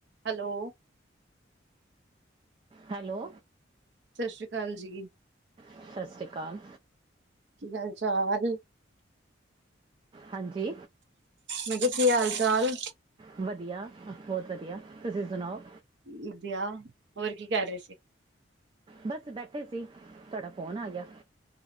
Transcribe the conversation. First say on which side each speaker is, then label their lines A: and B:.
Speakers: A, on the right; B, on the right.
A: Hello,
B: hello,
A: ਸਤਿ ਸ੍ਰੀ ਅਕਾਲ ਜੀ,
B: ਸਤਿ ਸ਼੍ਰੀ ਅਕਾਲ
A: ਕੀ ਹਾਲ ਚਾਲ?
B: ਹਾਂਜੀ,
A: ਮੈਂ ਕਿਹਾ ਕੀ ਹਾਲ ਚਾਲ?
B: ਵਧੀਆ ਬਹੁਤ ਵਧੀਆ, ਤੁਸੀਂ ਸੁਣਾਓ?
A: ਵਧੀਆ, ਹੋਰ ਕੀ ਕਰ ਰਹੇ ਸੀ?
B: ਬਸ ਬੈਠੇ ਸੀ। ਤੁਹਾਡਾ ਫੋਨ ਆ ਗਿਆ